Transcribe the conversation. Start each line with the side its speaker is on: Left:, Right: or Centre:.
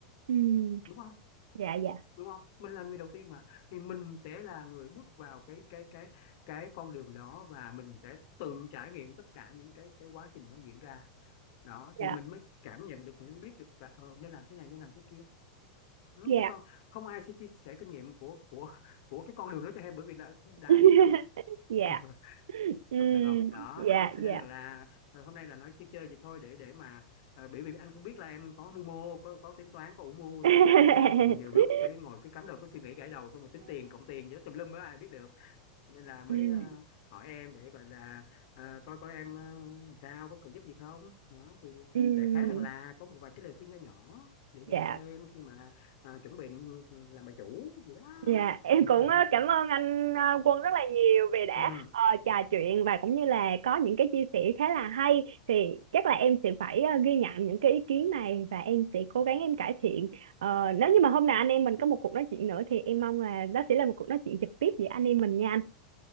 Right: ừ
Left: đúng không
Right: dạ dạ
Left: đúng không mình là người đầu tiên mà thì mình sẽ là người bước vào cái cái cái cái con đường đó và mình sẽ tự trải nghiệm tất cả những cái cái quá trình nó diễn ra đó thì
Right: dạ
Left: mình mới cảm nhận được mình mới biết được là ờ, nên làm thế này nên làm thế kia Ừ,
Right: dạ
Left: chứ còn không ai sẽ chia sẻ kinh nghiệm của của của cái con đường đó cho em bởi vì là đã
Right: <laughs>
Left: ai đi đâu
Right: dạ
Left: <laughs>
Right: ừ
Left: công nhận không đó
Right: dạ
Left: cho nên
Right: dạ
Left: là, là ờ, hôm nay là nói chơi chơi vậy thôi để để mà ờ, bởi vì anh cũng biết là em có mưu mô có có tính toán có ủ mưu
Right: <laughs>
Left: thấy nói chung là nhiều lúc thấy ngồi cứ cắm đầu cứ suy nghĩ gãi đầu xong rồi tính tiền cộng tiền gì đó tùm lum á ai biết được cho nên là mới
Right: ừ
Left: ờ, hỏi em để gọi là ờ, coi coi em ờ, sao có cần giúp gì không đó thì
Right: ừ
Left: đại khái rằng là có một vài cái lời khuyên nho nhỏ để dành
Right: dạ
Left: cho em khi mà ờ, chuẩn bị làm bà chủ gì đó
Right: Dạ, em
Left: <clears throat>
Right: cũng ờ, cảm ơn anh ờ, Quân rất là nhiều vì đã
Left: <laughs>
Right: ờ, trò chuyện và cũng như là có những cái chia sẻ khá là hay thì chắc là em sẽ phải ờ, ghi nhận những cái ý kiến này và em sẽ cố gắng em cải thiện. Ờ, nếu như mà hôm nào anh em mình có một cuộc nói chuyện nữa thì em mong là đó sẽ là một cuộc nói chuyện trực tiếp giữa anh em mình nha anh.